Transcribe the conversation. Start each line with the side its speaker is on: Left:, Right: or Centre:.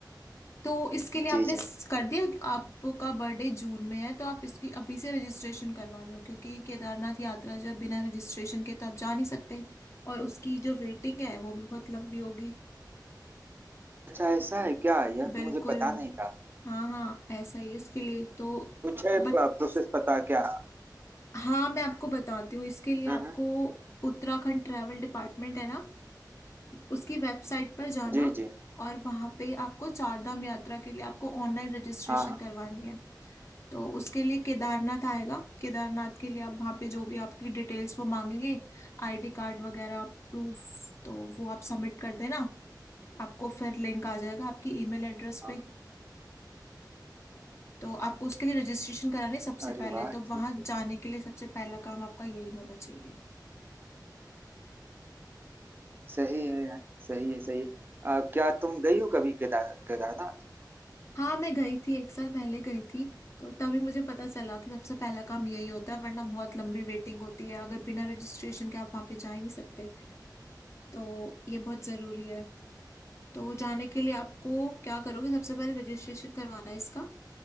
Left: तो इसके लिए
Right: जी
Left: आपने
Right: जी
Left: स- कर दिया आपका बर्थडे जून में है तो आप इसकी अभी से रजिस्ट्रेशन करवा लो क्योंकि केदारनाथ यात्रा जो है, बिना रजिस्ट्रेशन के तो आप जा नहीं सकते और उसकी जो वेटिंग है वो भी बहुत लंबी होगी
Right: अच्छा ऐसा है क्या यह
Left: बिल्कुल
Right: तो मुझे पता नहीं था
Left: हाँ हाँ ऐसा ही है इसके लिए तो
Right: कुछ है
Left: बत
Right: प्रोसेस पता क्या
Left: हाँ मैं आपको बताती हूँ इसके लिए
Right: हम्म
Left: आपको
Right: हम्म,
Left: उत्तराखंड ट्रैवल डिपार्टमेंट है ना उसकी वेबसाइट पर जाना
Right: जी जी
Left: और वहाँ पे आपको चारधाम यात्रा के लिए आपको ऑनलाइन रजिस्ट्रेशन
Right: हाँ हाँ
Left: करवानी है तो उसके लिए केदारनाथ आएगा केदारनाथ के लिए आप वहाँ पे जो भी आपकी डिटेल्स वो मांगेंगे आईडी कार्ड वगैरह प्रूफ तो वो आप सबमिट कर देना आपको फिर लिंक आ जाएगा आपकी ईमेल एड्रेस
Right: हाँ।
Left: पे तो आपको उसके लिए रजिस्ट्रेशन करानी है सबसे
Right: अरे
Left: पहले
Right: वाह
Left: तो
Right: ठीक
Left: वहाँ
Right: है
Left: जाने के लिए सबसे पहला काम आपका यही होना चाहिए
Right: सही है यार, सही है सही है आ, क्या तुम गई हो कभी केदार केदारनाथ
Left: हाँ मैं गई थी एक साल पहले गई थी तो तभी मुझे पता चला कि सबसे पहला काम यही होता है वरना बहुत लंबी वेटिंग होती है अगर बिना रजिस्ट्रेशन के आप वहाँ पे जा ही नहीं सकते तो ये बहुत जरूरी है तो वो जाने के लिए आपको क्या करोगे सबसे पहले रजिस्ट्रेशन करवाना है इसका